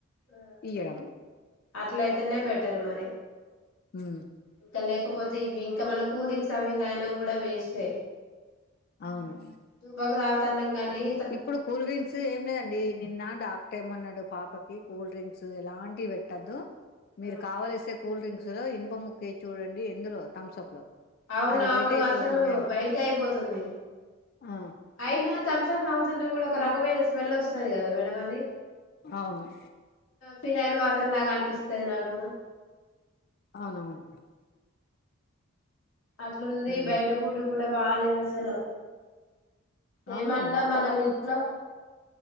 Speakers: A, on the left (about 75°); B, on the left (about 45°).
A: ఆ
B: ఈయ్యడం
A: అట్లయితేనే బెటర్ మరి
B: హు
A: ఇంకా లేకపోతే ఇవి ఇంకా మనం కూల్ డ్రింక్స్ అవి తాగినా కూడా వేస్టే
B: అవును
A: <unintelligible> అన్నాంగా అన్ని
B: ఇప్పుడు కూల్ డ్రింక్స్ ఏం లేదండి నిన్న డాక్ట టర్ ఏమన్నాడు పాపకి కూల్ డ్రింక్స్ ఎలాంటివి పెట్టద్దు మీరు
A: ఆ మేడం
B: కావల్సే కూల్ డ్రింక్స్ లో ఇంప ముక్కయే చూడండి ఎందులో థమ్స అప్ లో
A: అవునవును
B: అది బయట అయిపోతుంది
A: అసలు
B: అని
A: వైట్ అయిపోతుంది
B: ఆ
A: అయినా థమ్సప్ తాగుతుంటే కూడా ఒక రకమైన స్మెల్ వస్తది కదా మేడం అది
B: అవును
A: ఫినైల్ వాటర్ లాగా అనిపిస్తుది నాకు
B: అవునవును
A: అట్లుంది
B: ఉమ్
A: బయట ఫుడ్డు కూడా బాలేదు అసలు ఏమన్నా
B: అవును వాతావరణం
A: మనం ఇంట్లో